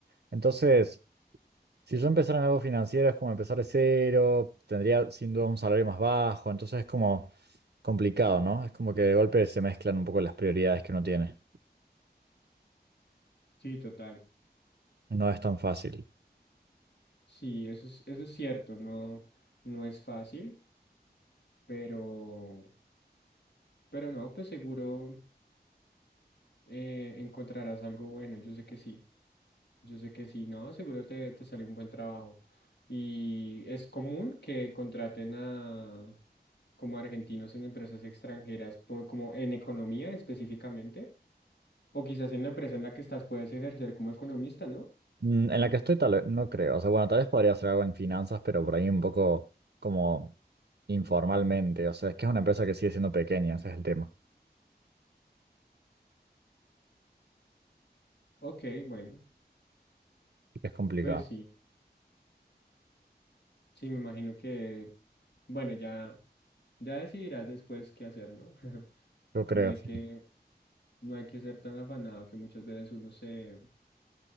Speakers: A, on the right (about 65°); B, on the left (about 80°).
A: Entonces, si yo empezara en algo financiero es como empezar de cero, tendría sin duda un salario más bajo, entonces es como complicado, ¿no? Es como que de golpe se mezclan un poco las prioridades que uno tiene.
B: Sí, total.
A: No es tan fácil.
B: Sí, eso es, eso es cierto, no, no es fácil, pero, pero no, pues seguro eh, encontrarás algo bueno, yo sé que sí, yo sé que sí, no, seguro te, te sale un buen trabajo. Y es común que contraten a como argentinos en empresas extranjeras, po- como en economía específicamente, o quizás en la empresa en la que estás puedes ejercer como economista, ¿no?
A: Mm, En la que estoy tal vez, no creo. O sea, bueno, tal vez podría hacer algo en finanzas, pero por ahí un poco como informalmente. O sea, es que es una empresa que sigue siendo pequeña, ese es el tema.
B: Ok, bueno,
A: Es complicado.
B: pues sí, sí, me imagino que, bueno, ya. Ya decidirás después qué hacer, ¿no? <laughs>
A: Yo creo,
B: No hay
A: sí.
B: que, no hay que ser tan afanado que muchas veces uno se